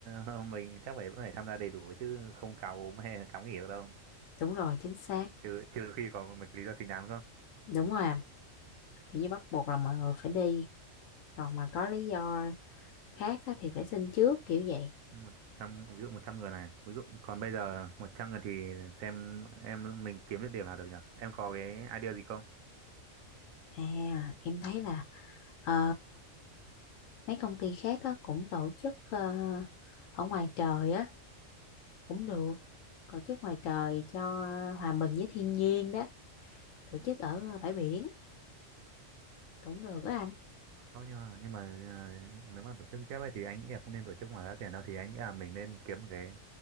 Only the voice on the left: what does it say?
đúng rồi, chính xác.
Đúng rồi anh, kiểu như bắt buộc là mọi người phải đi. Còn mà có lý do khác á, thì phải xin trước, kiểu vậy.
À, em thấy là Ờ, mấy công ty khác á, cũng tổ chức ờ, ở ngoài trời á cũng được tổ chức ngoài trời cho hòa mình với thiên nhiên đó tổ chức ở bãi biển cũng được á anh